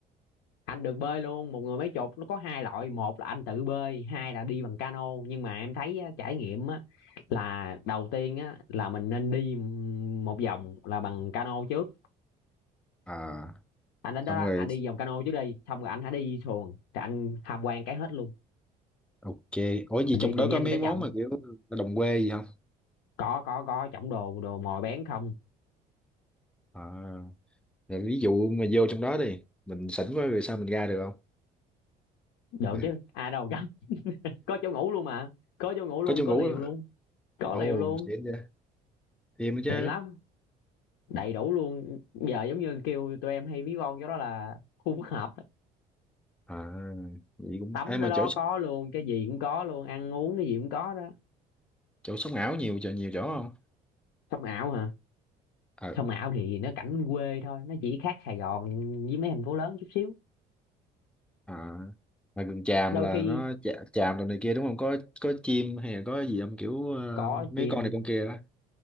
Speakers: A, on the left (about 85°); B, in the centre.
A: anh được bơi luôn một người mấy chục nó có hai loại một là anh tự bơi hai là đi bằng cano nhưng mà em thấy á, trải nghiệm á là đầu tiên á là mình nên đi một vòng là bằng cano trước
B: À,
A: anh đến
B: xong
A: đó đó,
B: rồi,
A: anh đi vòng cano trước đi xong rồi anh hãy đi xuồng rồi anh tham quan cái hết luôn
B: ok. Ủa gì
A: mình đi
B: trong
A: từ
B: đó
A: nhanh
B: có mấy
A: tới chậm
B: món mà kiểu đồng quê gì không?
A: có có có chổng đồ đồ mồi bén không
B: À, rồi ví dụ mà vô trong đó đi, mình sỉnh quá rồi sao mình ra được không?
A: được
B: Ừ.
A: chứ ai đâu <laughs> gánh có chỗ ngủ luôn mà có chỗ ngủ luôn
B: Có chỗ
A: có
B: ngủ
A: liều
B: đó.
A: luôn có
B: Ồ,
A: liều luôn
B: xịn vậy. Thêm nữa chứ.
A: tiện lắm đầy đủ luôn giờ giống như kêu tụi em hay ví von cho đó là khu phức hợp
B: À, vậy cũng...
A: tắm
B: Ai mà
A: đó đó
B: chỗ
A: có luôn cái gì cũng có luôn ăn uống cái gì cũng có đó
B: chỗ sống ảo nhiều chỗ nhiều chỗ không
A: sông ảo hả
B: ờ
A: sông ảo thì nó cảnh quê thôi nó chỉ khác Sài Gòn với mấy thành phố lớn chút xíu
B: à, mà gần Tràm
A: đôi
B: là
A: khi
B: nó Trà- Tràm rồi này kia đúng không có có chim hay là có gì không kiểu ờ,
A: cỏ
B: mấy
A: chìm
B: con này con kia đó ok